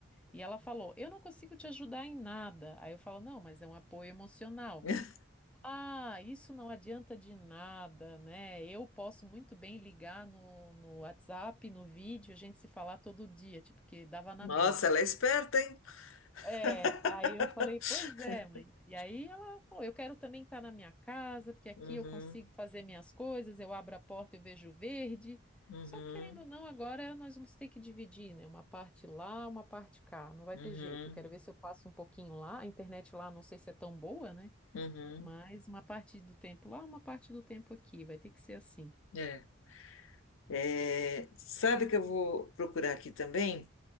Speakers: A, in the centre; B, on the left (about 80°).
A: E ela falou: Eu não consigo te ajudar em nada. Aí eu falo: Não, mas é um apoio emocional.
B: <laughs>
A: Ah, isso não adianta de nada, né? Eu posso muito bem ligar no, no WhatsApp, no vídeo, a gente se falar todo dia, tipo, que dava na
B: Nossa,
A: mesma.
B: ela é esperta, hein? <laughs>
A: É, aí eu falei, pois é, mãe. E aí ela falou, eu quero também estar na minha casa, porque aqui
B: Uhum,
A: eu consigo fazer minhas coisas, eu abro a porta e eu vejo verde.
B: uhum,
A: Só que querendo ou não, agora nós vamos ter que dividir, né? Uma parte lá, uma parte cá. Não vai
B: uhum,
A: ter jeito. Eu quero ver se eu passo um pouquinho lá. A internet lá não sei se é tão boa, né?
B: uhum.
A: Mas uma parte do tempo lá, uma parte do tempo aqui. Vai ter que ser assim.
B: É. É, sabe que eu vou procurar aqui também